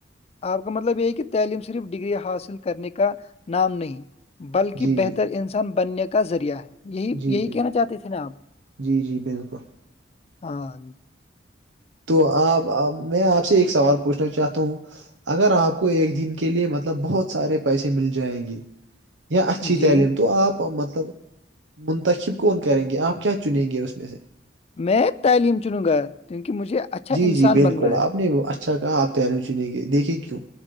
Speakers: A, on the left; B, on the right.
A: آپ کا مطلب یہ ہے کہ تعلیم صرف ڈگری حاصل کرنے کا نام نہیں بلکہ
B: جی جی
A: بہتر انسان بننے کا ذریعہ ہے یہی
B: جی
A: یہی
B: ب
A: کہنا چاہتے تھے نا آپ
B: جی جی بالکل
A: ہاں
B: تو آپ میں آپ سے ایک سوال پوچھنا چاہتا ہوں اگر آپ کو ایک دن کے لیے مطلب بہت سارے پیسے مل جائیں گے یا اچھی
A: جی
B: تعلیم تو آپ مطلب منتخب کون کریں گے آپ کیا چنیں گے اس میں سے
A: میں تعلیم چنوں گا کیونکہ مجھے اچھا
B: جی
A: انسان
B: جی بالکل
A: بننا
B: آپ
A: ہے
B: نے اچھا کہا آپ تل چنیں دیکھے کیوں